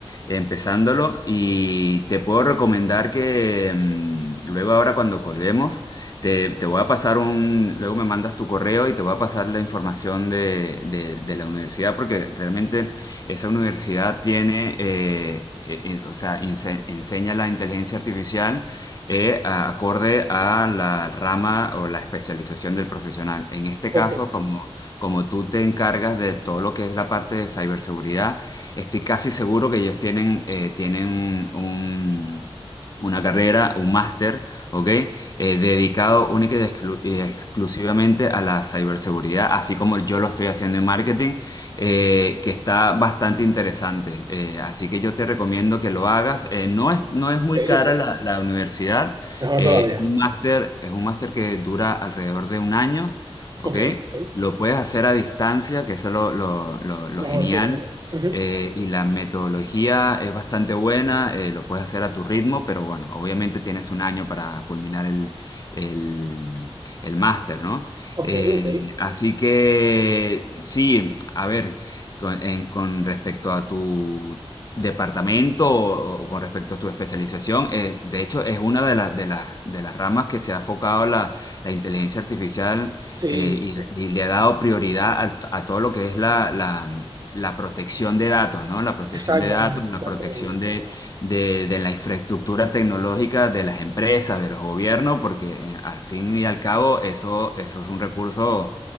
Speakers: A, on the left; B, on the right.
A: empezándolo y te puedo recomendar que mm, luego ahora cuando colguemos te, te voy a pasar un, luego me mandas tu correo y te voy a pasar la información de, de- de la universidad porque realmente esa universidad tiene, eh, eh, eh, o sea, inse- enseña la inteligencia artificial eh, a- acorde a la rama o la especialización del profesional. En este
B: Ok,
A: caso, como, como tú te encargas de todo lo que es la parte de ciberseguridad, estoy casi seguro que ellos tienen, eh, tienen un una carrera, un máster, ¿ok? Eh, dedicado única y exclu- y exclusivamente a la ciberseguridad, así como yo lo estoy haciendo en marketing, eh, que está bastante interesante. Eh, así que yo te recomiendo que lo hagas. Eh, no es, no es muy
B: ok,
A: cara
B: ok.
A: la, la universidad.
B: Mejor
A: Eh,
B: todavía.
A: es un máster, es un máster que dura alrededor de un año, ¿ok?
B: Ok, ok.
A: Lo puedes hacer a distancia, que eso es lo, lo lo- lo
B: Mejor
A: genial
B: sí, la verdad. Ujú.
A: eh, y la metodología es bastante buena, eh, lo puedes hacer a tu ritmo, pero bueno, obviamente tienes un año para culminar el, el, el máster, ¿no?
B: Ok,
A: Eh,
B: ok.
A: así que sí, a ver, con, en- con respecto a tu departamento o, o con respecto a tu especialización, eh, de hecho es una de, las de, las de las ramas que se ha enfocado la, la inteligencia artificial
B: Sí.
A: eh, y, y le ha dado prioridad a, a todo lo que es la, la la protección de datos, ¿no? La protección
B: Exactamente,
A: de datos, la
B: exactamente,
A: protección
B: exactamente.
A: de, de- de la infraestructura tecnológica de las empresas, de los gobiernos, porque eh, al fin y al cabo eso, eso es un recurso